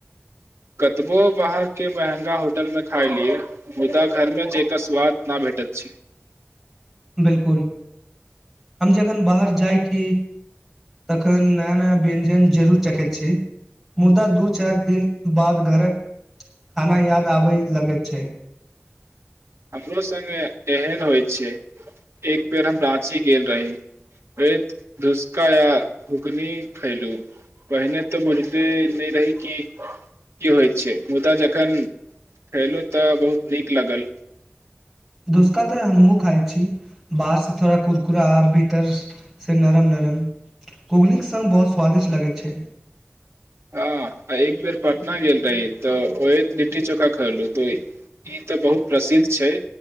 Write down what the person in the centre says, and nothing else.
बिलकुल हम जखन बाहर जाइ छी तखन नया नया व्यंजन जरूर चखैत छी मुदा दू चारि दिन बाद घरक खाना याद आबय लगैत छै
धुसका तऽ हमहूं खाइ छी बाहरसँ थोड़ा कुरकुरा भीतरसँ नरम नरम घूघनीके सङ्ग बहुत स्वादिष्ट लगैत छै